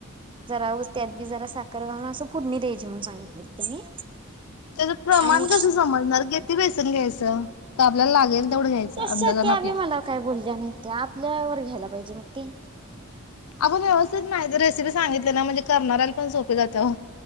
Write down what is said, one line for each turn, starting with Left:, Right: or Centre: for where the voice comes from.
Right: जरा उस त्यात बी जरा साखर घालून असं फुडणी द्यायची म्हणून सांगितली त्यांनी.
Left: त्याच प्रमाण
Right: आणि
Left: कस समजणार किती बेसन घ्यायचं त आपल्याला लागेल तेवढं घ्यायचं
Right: तस
Left: अंदाजान
Right: त्या
Left: आपल्या
Right: बी मला काय बोलल्या नाही त्या आपल्यावर घ्यायला पाहिजे मग ते.
Left: आग व्यवस्थित नाय ती रेसिपी सांगितली ना म्हणजे करणाऱ्याला पण सोपी जाते ओ